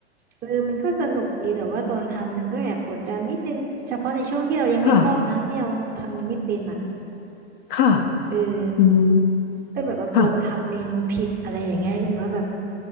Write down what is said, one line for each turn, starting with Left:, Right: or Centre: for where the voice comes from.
Right: เออมันก็สนุกดีแต่ว่าตอนทำมันก็แอบกดดันนิดนึงเฉพาะในช่วงที่เรายังไม่คล่องนะที่เราทำยังไม่เป็นอ่ะ
Left: ค่ะค่ะ
Right: เออ
Left: อืม
Right: ก็แบบว่ากลัวจะทำเมนูผิดอะไรอย่างเงี้ยหรือว่าแบบ
Left: ค่ะ